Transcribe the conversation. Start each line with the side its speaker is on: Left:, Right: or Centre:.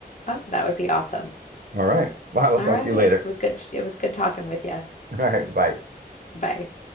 Left: Oh, that would be awesome.
Right: All right. Well, I'll
Left: All
Right: talk
Left: right.
Right: to you later.
Left: It was good. It was good talking with you.
Right: <laughs> All right. Bye.
Left: Bye.